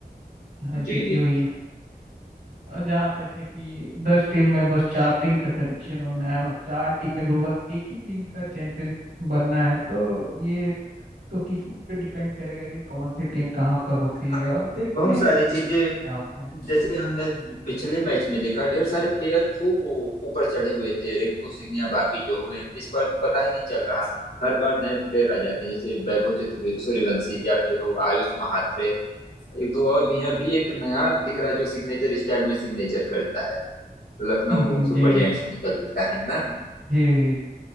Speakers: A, on the right; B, on the left.
A: यहाँ
B: जी
A: जीती
B: जी
A: हुई है और जहाँ तक है कि दस टीम में बस चार टीम का सिलेक्शन होना है और चार टीम में भी बस एक ही टीम का चैंपियन बनना है तो ये तो किस्मत पे डिपेंड करेगा कि कौन सी टीम कहाँ पर होती है
B: हाँ,
A: और देखते
B: बहुत
A: हैं
B: सारी
A: कि
B: चीजें
A: क्या होता है
B: जैसे हमने पिछले मैच में देखा ढेर सारे प्लेयर खूब वो ऊपर चढ़े हुए थे रिंकू सिंह या बाकी जो हुए इस बार तो पता ही नहीं चल रहा हर बार नए प्लेयर आ जाते हैं जैसे वैभव चतुर सूर्यवंशी या फिर वो आयुष महात्रे एक दो और भी हैं अभी एक नया दिख रहा है जो सिग्नेचर स्टाइल में सिग्नेचर करता है लखनऊ
A: <laughs>
B: सुपर
A: जी
B: जायंट्स
A: जी
B: निकलता है ना
A: जी जी